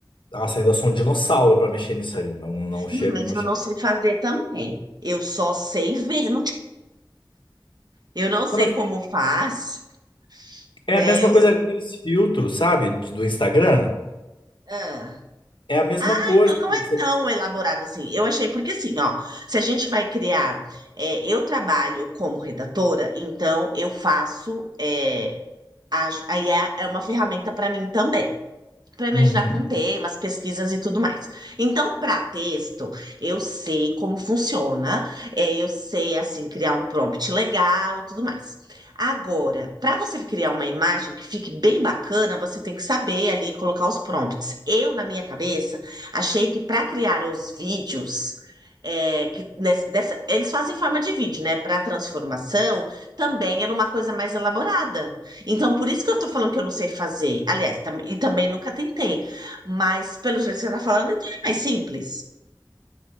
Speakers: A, on the left; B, on the right.
A: Nossa, ainda sou um dinossauro pra mexer nisso aí. Não, não chego,
B: Não, mas
A: não
B: eu
A: chego.
B: não sei fazer também. Eu só sei ver. não te- Eu não sei
A: Não, mas
B: como faz,
A: é
B: né?
A: a mesma
B: Eu...
A: coisa aqueles filtros, sabe? de- Do Instagram.
B: Ah.
A: É a mesma
B: Ah,
A: coisa.
B: então não
A: Você-
B: é tão elaborado assim. Eu achei, porque assim, ó, se a gente vai criar, é, eu trabalho como redatora, então eu faço, é, a, a IA é uma ferramenta para mim também. para me
A: Uhum.
B: ajudar com temas, pesquisas e tudo mais. Então, para texto, eu sei como funciona, é, eu sei assim criar um prompt legal e tudo mais. Agora, para você criar uma imagem que fique bem bacana, você tem que saber ali colocar os prompts. Eu, na minha cabeça, achei que para criar os vídeos é, que nessa- dessa- eles fazem em forma de vídeo, né? Para transformação também era uma coisa mais elaborada. Então, por isso que eu tô falando que eu não sei fazer. Aliás, tam- e também nunca tentei. Mas, pelo jeito que você tá falando, então é mais simples.